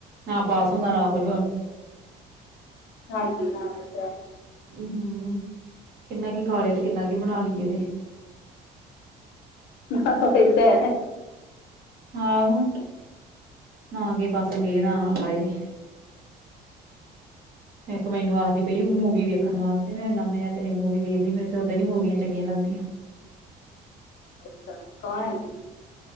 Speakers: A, on the right; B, on the left.
A: ਨਾ ਪਾਸ ਹੁੰਦਾ ਨਾ ਕੁਝ ਹੋਰ
B: ਹਾਂਜੀ ਹਾਂ ਏ ਤਾਂ ਹੈ।
A: ਅ ਹੂੰ-ਹੂੰ ਕਿੰਨਾ ਕੀ ਖਾ ਲੇ ਤੇ ਕਿੰਨਾ ਕੀ ਬਣਾ ਲਈਏ ਤੇ
B: <inaudible>
A: ਆਹੋ ਨਾ ਕੀ ਪਾਸੇ ਗਏ ਨਾ ਆਏ। ਮ ਇੱਕ ਮੈਨੂੰ ਆਖਦੀ ਪਈ ਮੂਵੀ ਵੇਖਣ ਵਾਸਤੇ ਮੈਂ ਨਾ ਮੈਂ ਤੇਰੀ ਮੂਵੀ ਵੇਖਦੀ ਮੈਨੂੰ ਤਾਂ ਉੱਦਾਂ ਨੀ ਮੂਵੀਆਂ ਚੰਗੀਆਂ ਲੱਗਦੀਆਂ।
B: ਅੱਛਾ ਕੋਣ <unintelligible>